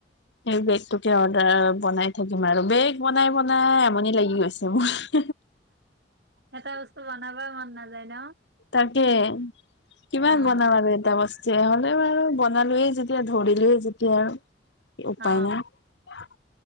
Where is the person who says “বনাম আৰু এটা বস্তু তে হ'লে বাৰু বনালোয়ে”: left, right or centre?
Left